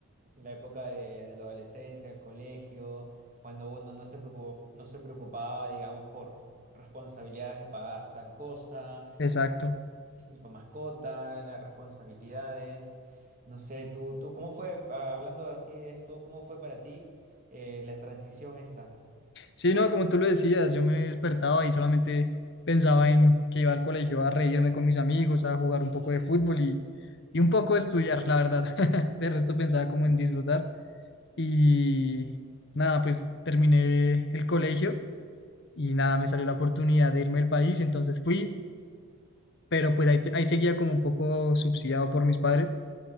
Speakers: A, on the right (about 35°); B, on the left (about 50°).
A: la época de, de la adolescencia, del colegio, cuando uno no se preocupó- no se preocupaba, digamos, por responsabilidades de pagar tal cosa
B: Exacto.
A: la mascota, las responsabilidades. No sé, tú, tú, ¿cómo fue, ah, hablando así de esto, cómo fue para ti eh, la transición esta?
B: Sí, no, como tú lo decías, yo me despertaba y solamente pensaba en que iba al colegio a reírme con mis amigos, a jugar un poco de fútbol y, y un poco estudiar, la verdad. <laughs> De resto pensaba como en disfrutar. Y nada, pues terminé el colegio y nada, me salió la oportunidad de irme del país, entonces fui, pero pues ahí, te- ahí seguía como un poco subsidiado por mis padres,